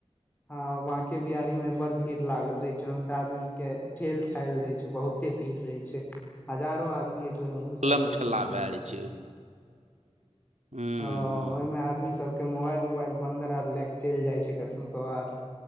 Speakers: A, on the left; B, on the right.
A: हँ बांके बिआरीी मे बड़ भीड़ लागल रहे छै ओहिमे तऽ आदमी के ठेल ठाय दय छै बहुते भीड़ रहे छै हजारो आदमी ओसल
B: ठेलम
A: रह
B: ठेला
A: छमे
B: भए जाइ छै ओहिमे हूँ
A: ह ओहिमे
B: हूँ
A: मे आदमी सब के मोबाइल उबाइल बन्दर आर लए के चलि जाइ छै कखनो क आर